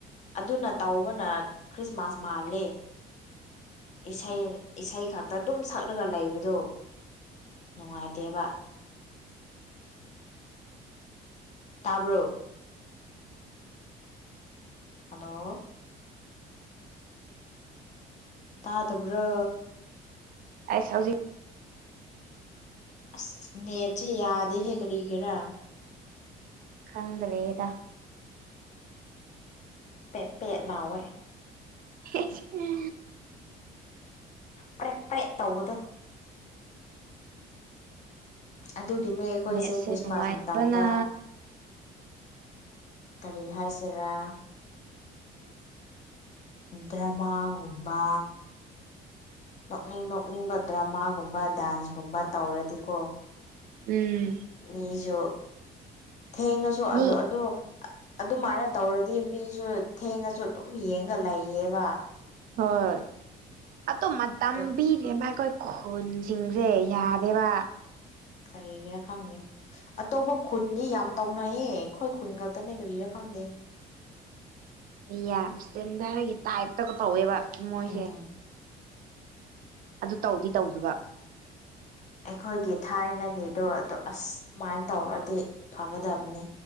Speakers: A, on the left (about 45°); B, on the right (about 55°).
A: ꯑꯗꯨꯅ ꯇꯧꯕꯅ ꯈ꯭ꯔꯤꯁꯃꯥꯁ ꯃꯥꯜꯂꯦ ꯏꯁꯩ ꯏꯁꯩ ꯈꯛꯇ ꯑꯗꯨꯝ ꯁꯛꯂꯒ ꯂꯩꯕꯗꯣ ꯅꯨꯡꯉꯥꯏꯇꯦꯕ ꯇꯥꯕ꯭ꯔꯣ ꯍꯦꯜꯂꯣ ꯇꯥꯗꯕ꯭ꯔꯣ
B: ꯑꯦꯁ ꯍꯧꯖꯤꯛ
A: ꯑꯁ ꯅꯦꯠꯁꯦ ꯌꯥꯗꯦꯍꯦ ꯀꯔꯤꯒꯤꯔꯥ
B: ꯈꯡꯗ꯭ꯔꯦꯗ
A: ꯄꯦ ꯄꯦꯠ ꯂꯥꯎꯋꯦ
B: ꯎ <inaudible>
A: ꯄ꯭ꯔꯦꯛ ꯄ꯭ꯔꯦꯛ ꯇꯧꯕꯗꯣ ꯑꯗꯨꯒꯤꯅꯦ ꯑꯩꯈꯣꯏꯁꯦ
B: ꯅꯦꯠꯁꯦ
A: ꯈ꯭ꯔꯤꯁꯃꯥꯁ
B: ꯅꯨꯡꯉꯥꯏꯕꯅ
A: ꯃꯇꯝꯗ ꯀꯔꯤ ꯍꯥꯏꯁꯤꯔꯥ ꯗ꯭ꯔꯥꯃꯥꯒꯨꯝꯕ ꯅꯣꯛꯅꯤꯡ ꯅꯣꯛꯅꯤꯡꯕ ꯗ꯭ꯔꯃꯥꯒꯨꯝꯕ ꯗꯥꯟꯁꯒꯨꯝꯕ ꯇꯧꯔꯗꯤꯀꯣ
B: ꯎꯝ
A: ꯃꯤꯁꯨ ꯊꯦꯡꯉꯁꯨ
B: ꯃꯤ
A: ꯑꯜꯂꯨ ꯑꯗꯣ ꯑꯗꯨꯃꯥꯏꯅ ꯇꯧꯔꯗꯤ ꯃꯤꯁꯨ ꯊꯦꯡꯉꯁꯨ ꯑꯗꯨꯝ ꯌꯦꯡꯒ ꯂꯩꯌꯦꯕ
B: ꯍꯣꯏ ꯑꯗꯣ ꯃꯇꯝꯄꯤꯗꯦꯕ
A: ꯑꯗꯣ
B: ꯑꯩꯈꯣꯏ ꯈꯣꯟꯁꯤꯡꯁꯦ
A: ꯎꯝ
B: ꯌꯥꯗꯦꯕ
A: ꯀꯔꯤꯒꯤꯔꯥ ꯈꯪꯗꯦ ꯑꯇꯣꯞꯄ ꯈꯨꯟꯅꯤ ꯌꯥꯝ ꯇꯧꯅꯩꯌꯦ ꯑꯩꯈꯣꯏ ꯈꯨꯟ ꯈꯛꯇꯅꯦ ꯀꯔꯤꯔ ꯈꯪꯗꯦ
B: ꯌꯥꯝ ꯁ꯭ꯇꯦꯟꯗꯠꯒꯤ ꯇꯥꯏꯞꯇꯒ ꯇꯧꯋꯦꯕ ꯃꯣꯏꯁꯦ
A: ꯎꯝ
B: ꯑꯗꯨ ꯇꯧꯗꯤ ꯇꯧꯗꯕ
A: ꯑꯩꯈꯣꯏꯒꯤ ꯊꯥꯏꯅꯒꯤꯗꯣ ꯑꯁ ꯑꯗꯨꯃꯥꯏꯅ ꯇꯧꯔꯗꯤ ꯐꯒꯗꯕꯅꯤ